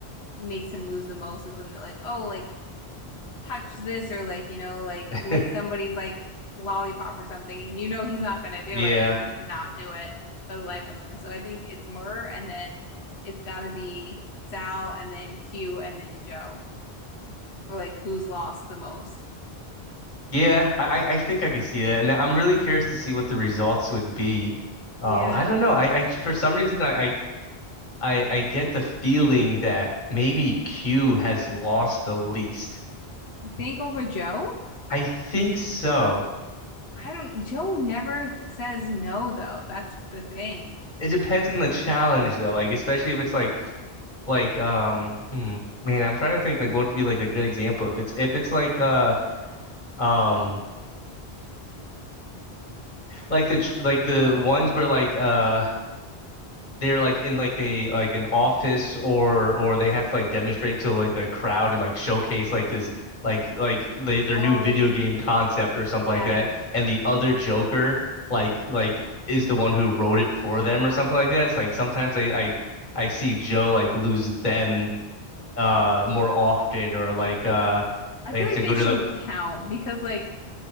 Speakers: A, on the left; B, on the left.
A: makes him lose the most is when they're like, oh, like touch this or like you know like
B: <laughs>
A: lick somebody's like lollipop or something, and you know he's not gonna do
B: Yeah.
A: it. Like he cannot do it for the life of him. So I think it's Murr and then it's gotta be Sal and then Q and then Joe for like who's lost the most.
B: Yeah, I, I I think I could see that. And I'm really curious to see what the results would be.
A: Yeah.
B: Um, I don't know. I,
A: You
B: I for some reason I, I I I get the feeling that maybe Q has lost the least.
A: think over Joe?
B: I think so.
A: I don't, Joe never says no, though. That's the thing.
B: It depends on the challenge though, like especially if it's like like um hmm, man, I'm trying to think like what would be like a good example if it's if it's like uh um like the ch- like the ones where like uh they're like in like a like an office or or they have to like demonstrate to like a crowd and like showcase like this like like the, their
A: Oh,
B: new video game concept or something
A: Yeah.
B: like that and the other Joker like like is the one who wrote it for them or something like that. It's like sometimes I I I see Joe like lose them uh more often or like uh
A: I
B: they
A: feel
B: have
A: like
B: to
A: they
B: go to
A: shouldn't
B: the
A: count because, like,